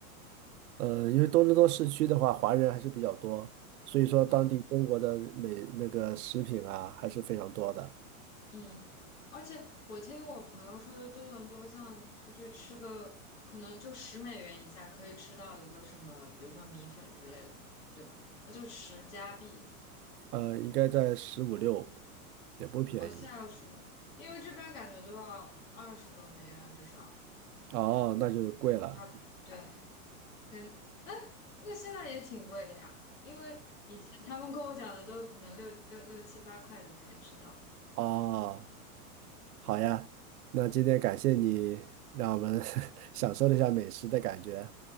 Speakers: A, on the right; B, on the left.
A: 呃，因为多伦多市区的话，华人还是比较多，所以说当地中国的美那个食品啊还是非常多的。
B: 嗯嗯，而且我听我朋友说的，多伦多像出去吃个，可能就十美元以下可以吃到一个什么，比如说米粉之类的，对吧？那就十加币。
A: 呃，应该在十五六，也不便宜。
B: 哦，现在要十，因为这边感觉都要二十多美元至少。
A: 哦，那就贵了。
B: 哦，还对，嗯，那那现在也挺贵的呀，因为以前他们跟我讲的都可能六六六七八块就可以吃到了。
A: 哦，好呀，那今天感谢你，让我们 <laughs> 享受了一下美食的感觉。